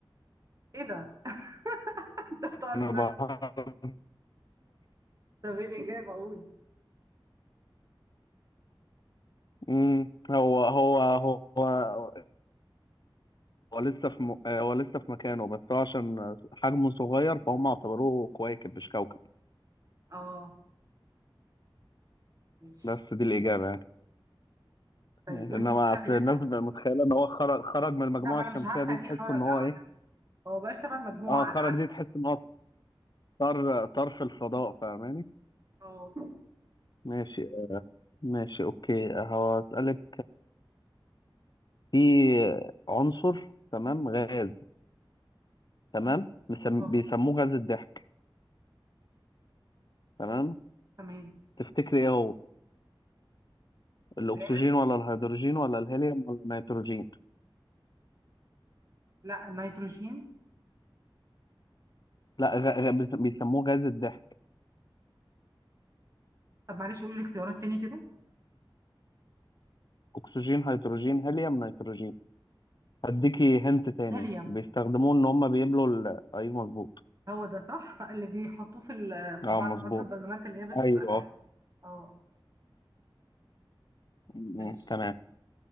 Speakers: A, on the right; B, on the left.
A: ايه ده <laughs> انت بتهزر
B: انا بحر
A: طب ايه الاجابه اقول
B: امم هو هو هو هو لسه في م... هو لسه في مكانه بس هو عشان حجمه صغير فهم اعتبروه كويكب مش كوكب
A: اه ماشي
B: بس دي الإجابة يعني
A: طيب
B: انما
A: دور مين فينا
B: أصل
A: اللي يسأل
B: الناس بتبقى متخيلة ان هو خرج خرج من المجموعة
A: لا ما انا
B: الشمسية
A: مش عارفة
B: دي
A: يعني
B: تحس
A: ايه خرج
B: ان هو
A: اه
B: ايه
A: يعني هو بقاش تبع المجموعة
B: اه
A: انا
B: خرج
A: عارفة
B: دي تحس ان هو طار طار في الفضاء فاهماني
A: اه
B: ماشي ماشي اوكي هسألك في عنصر تمام غاز تمام مسم...
A: اه
B: بيسموه غاز الضحك تمام
A: تمام
B: تفتكري ايه هو الاكسجين
A: غاز
B: ولا الهيدروجين ولا الهيليوم ولا النيتروجين
A: لا النيتروجين
B: لا غ... غ... بيس- بيسموه غاز الضحك
A: طب معلش قولي لي اختيارات تاني كده
B: اكسجين هيدروجين هيليوم نيتروجين هديكي هنت تاني
A: هيليوم
B: بيستخدموه ان هم بيملوا ال... ايوه مظبوط
A: هو ده صح اللي بيحطوه في ال- في
B: اه
A: بعض
B: مظبوط
A: برضو البالونات اللي هي بتبقى
B: ايوه آه.
A: لوحدها اه
B: م-
A: ماشي
B: م- تمام